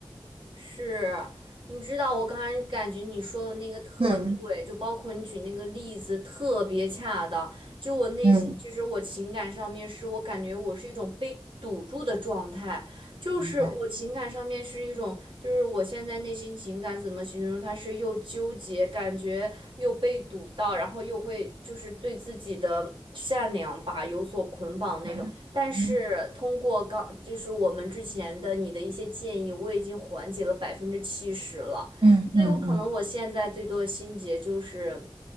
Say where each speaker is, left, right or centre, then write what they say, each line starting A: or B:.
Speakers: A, on the right (about 65°); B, on the right (about 75°).
A: 是，你知道我刚才感觉你说的那个特对，
B: 嗯
A: 就包括你举那个例子特别恰当。就我内心，
B: 嗯，
A: 其实我情感上面是我感觉我是一种被堵住的状态，就是我情感上面是一种，
B: 明白。
A: 就是我现在内心情感怎么形容？它是又纠结，感觉又被堵到，然后又会就是对自己的善良吧有所捆绑那种。
B: 嗯嗯
A: 但是通过刚就是我们之前的你的一些建议，我已经缓解了百分之七十了，
B: 嗯嗯嗯嗯。
A: 所以我可能我现在最多的心结就是